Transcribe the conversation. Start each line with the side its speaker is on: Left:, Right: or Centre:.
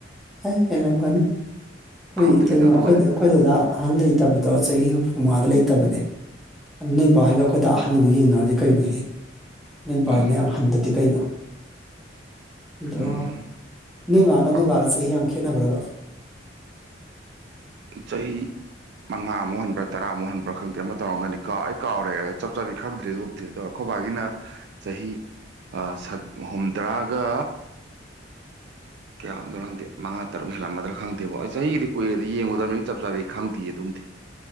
Centre: ꯍꯩ ꯍꯦꯜꯂꯝꯒꯅꯤ ꯑꯩꯈꯣꯏ
Right: ꯈꯪꯗ꯭ꯔꯦꯗ
Centre: ꯏꯇꯩꯃꯥ
Right: ꯑꯗꯨꯒꯗꯤ
Centre: ꯑꯩꯈꯣꯏ ꯑꯩꯈꯣꯏ ꯗꯗꯥ ꯑꯍꯟ ꯂꯩꯇꯕꯗꯣ ꯆꯍꯤ ꯍꯨꯝꯐꯨ ꯃꯉꯥꯗ ꯂꯩꯇꯕꯅꯦ ꯅꯣꯏ ꯕꯥ
Right: ꯑꯣ
Centre: ꯍꯣꯏꯒ ꯑꯩꯈꯣꯏ ꯗꯥ ꯑꯍꯟ ꯍꯣꯏꯒ ꯌꯦꯡꯅꯔꯨꯔꯗꯤ ꯀꯩꯅꯣꯍꯦ ꯅꯣꯏ ꯄꯥ
Right: ꯎꯝ
Centre: ꯍꯣꯏꯅ ꯌꯥꯝ ꯍꯟꯗꯗꯤ ꯀꯩꯅꯣ ꯑꯗꯣ
Right: ꯎꯝ
Centre: ꯅꯣꯏ ꯃꯥꯒ ꯅꯣꯏꯕꯥꯒ
Right: ꯑꯈꯣ
Centre: ꯆꯍꯤ ꯌꯥꯝ ꯈꯦꯠꯅꯕ꯭ꯔꯕ
Right: ꯆꯍꯤ ꯃꯉꯥꯃꯨꯛ ꯍꯟꯕ꯭ꯔꯥ ꯇꯔꯥꯃꯨꯛ ꯍꯟꯕ꯭ꯔꯥ ꯈꯪꯗꯦ ꯑꯃ ꯇꯧꯔꯝꯒꯅꯤ ꯀꯥꯎ ꯑꯩ ꯀꯥꯎꯔꯦ ꯆꯞ ꯆꯥꯕꯤ ꯈꯪꯗ꯭꯭ꯔꯦ ꯑꯗꯨꯕꯨꯗꯤ ꯑꯗꯣ ꯑꯩꯈꯣꯏꯕꯥꯒꯤꯅ ꯆꯍꯤ ꯑꯥ ꯁꯕ ꯍꯨꯝꯗ꯭ꯔꯥꯒ ꯀꯌꯥ ꯑꫭꯏꯔꯝꯗꯨꯅꫭ ꯈꯪꯗꯦ ꯃꯉꯥ ꯇꯔꯨꯛ ꯍꯦꯜꯂꯝꯃꯗ꯭ꯔ ꯈꯪꯗꯦꯕꫭ ꯑꯩ ꯆꯍꯤꯒꯤꯗꯤ ꯀꯨꯏꯔꯦꯗ ꯌꯦꯡꯉꯨꯗꯕꯅꯤꯅ ꯆꯞ ꯆꯥꯕꯤ ꯈꯪꯗꯦ ꯑꯗꯨꯝꯗꯤ